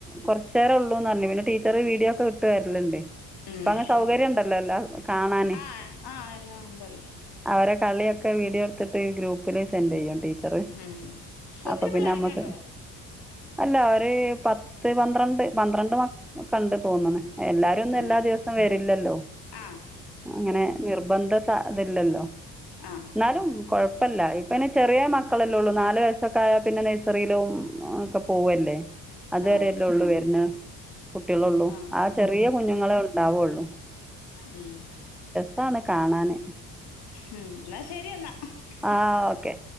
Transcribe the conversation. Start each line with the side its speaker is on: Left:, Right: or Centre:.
Centre: കുറച്ചേരം ഉള്ളൂന്ന് പറഞ്ഞു പിന്നെ ടീച്ചറ് വീഡിയോ ഒക്കെ വിട്ട് തരലിണ്ട്
Left: ഉം
Centre: ഇപ്പോ അങ്ങനെ സൗകര്യം ഉണ്ടല്ലോ എല്ലാ കാണാന്
Left: ആഹ് ആഹ് എല്ലാം ഉണ്ടല്ലോ
Centre: അവരൊക് കളിയൊക്കെ വീഡിയോ എടുത്തിട്ട് ഗ്രൂപ്പിൽ സെൻഡെയ്യും ടീ ചറ്
Left: ഉം ഒത്തിരി
Centre: അപ്പോ
Left: പിള്ളോരൊക്കെ
Centre: പിന്നെ അമ്മക്ക്
Left: ഉണ്ടോ
Centre: അല്ലാ പത്ത് പന്ത്രണ്ട് പന്ത്രണ്ട് മക് ക്കെണ്ട് തോന്നണ് എല്ലാരൊന്നും
Left: ഉം
Centre: എല്ലാ ദിവസം വരില്ലല്ലോ
Left: ആഹ്
Centre: അങ്ങനെ നിർബന്ധ സാ ഇതില്ലല്ലോ
Left: ആഹ്
Centre: ന്നാലും കൊഴപ്പല്ല ഇട് പിന്നെ ചെറിയ മക്കളല്ലേ ഉള്ളൂ നാല് വയസ്സൊക്കെ ആയാ പിന്നെ നഴ്സറിയിലും ഒക്കെ പോവല്ലേ അതുവരെല്ലേ
Left: ആഹ്
Centre: ഉള്ളൂ വരുന്ന കുട്ടികളുള്ളൂ
Left: ആഹ്
Centre: ആ ചെറിയ കുഞ്ഞുങ്ങളെ ഉണ്ടാവുള്ളു
Left: ഉം
Centre: രസാണ് കാണാന്
Left: ഉം എന്നാ ശരി എന്നാ
Centre: ആ ഓക്കെ